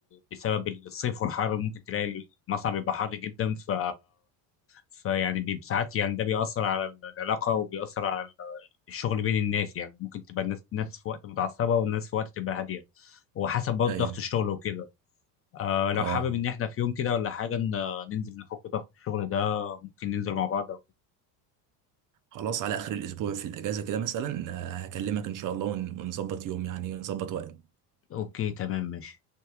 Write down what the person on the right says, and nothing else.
ايوه
اه
خلاص على اخر الاسبوع في الاجازه كده مثلا آه، هكلمك ان شاء الله ون- ونظبط يوم يعني نظبط وقت